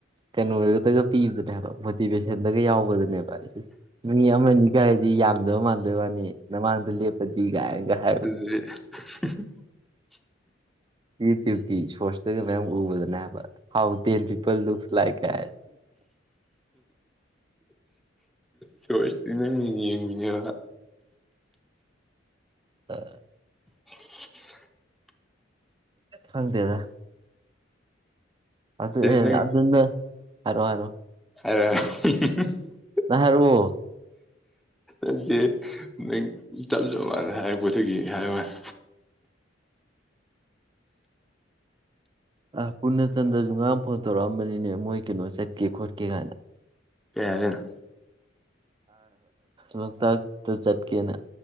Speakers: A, on the right (about 25°); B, in the centre.
A: ꯀꯩꯅꯣꯗꯨꯗꯒ ꯄꯤꯕꯗꯅꯦꯕ ꯕꯗꯤꯤ ꯕꯦꯁꯦꯟꯗꯒ ꯌꯥꯎꯕꯗꯅꯦꯕ ꯑꯩꯁꯦ ꯃꯤ ꯑꯃꯅꯤꯒ ꯍꯥꯏꯗꯤ ꯌꯥꯝꯗꯕ ꯃꯥꯟꯗꯣꯏ ꯋꯥꯅꯤ ꯅꯃꯥꯡꯗ ꯂꯦꯞꯄꯗꯤ ꯀꯥꯏꯅꯒ ꯍꯥꯏꯕ
B: ꯑꯗꯨꯗꯤ <inaudible>
A: ꯏꯗꯤ ꯁꯣꯔꯁꯇꯒꯤ ꯃꯌꯥꯝ ꯎꯕꯗꯅꯦ ꯍꯥꯏꯕ how ten people looks like ꯀ
B: ꯁꯣꯁꯇꯅꯦ ꯃꯤ ꯌꯦꯅꯦ
A: ꯑ
B: <inaudible>
A: ꯈꯪꯗꯦꯗ ꯑꯗꯨ ꯑꯦ
B: ꯅꯪ
A: ꯑꯗꯨꯅ ꯍꯔꯣ ꯍꯥꯏꯔꯣ
B: ꯑ
A: ꯅꯍꯔ
B: ꯑꯗꯨꯗꯤ ꯅꯪ ꯆꯞ ꯆꯞ ꯃꯥꯟꯅ ꯍꯥꯏꯔꯄꯣꯠꯇꯒꯤ ꯍꯥꯏꯌ ꯃꯥꯅꯤ
A: <inaudible> ꯑ ꯄꯨꯟꯅ ꯆꯟꯗ꯭ꯔꯁꯨ ꯉꯔꯥꯡ ꯐꯣꯟ ꯇꯧꯔꯛꯑꯝꯕꯅꯤꯅꯦ ꯃꯣꯏ ꯀꯩꯅꯣ ꯆꯠꯀꯦ ꯈꯣꯠꯀꯦ ꯀꯥꯏꯅ
B: ꯀꯦꯗꯅ
A: ꯂꯣꯛꯇꯥꯛꯇꯨ ꯆꯠꯀꯦꯅ